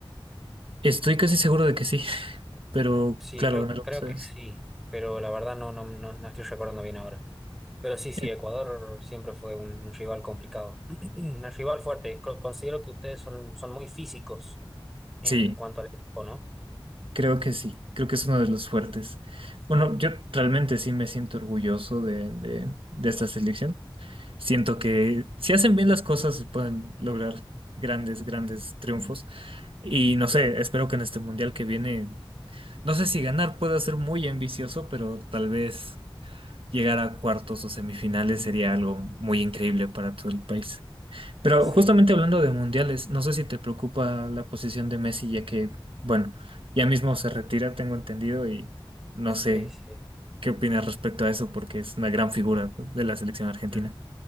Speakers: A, on the right (about 75°); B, in the centre.
A: estoy casi seguro de que sí, <laughs> pero
B: Sí,
A: claro,
B: creo,
A: ganaron
B: creo
A: ustedes.
B: que sí, pero la verdad no, no, no, no estoy recordando bien ahora. Pero sí, sí,
A: Eh,
B: Ecuador siempre fue un, un rival complicado, <clears throat> un rival fuerte. Co- Considero que ustedes son, son muy físicos en
A: sí,
B: cuanto al equipo, ¿no?
A: creo que sí, creo que es uno de los fuertes. Bueno, yo realmente sí me siento orgulloso de, de, de esta selección. Siento que si hacen bien las cosas se pueden lograr grandes, grandes triunfos. Y no
B: Claro.
A: sé, espero que en este mundial que viene No sé si ganar puede ser muy ambicioso, pero tal vez llegar a cuartos o semifinales sería algo muy increíble para todo el país. Pero
B: Sí,
A: justamente hablando de mundiales, no sé si te preocupa la posición de Messi, ya que, bueno, ya mismo se retira, tengo entendido, y no
B: sí,
A: sé
B: sí.
A: qué opinas respecto a eso, porque es una gran figura de la selección argentina.
B: Mm.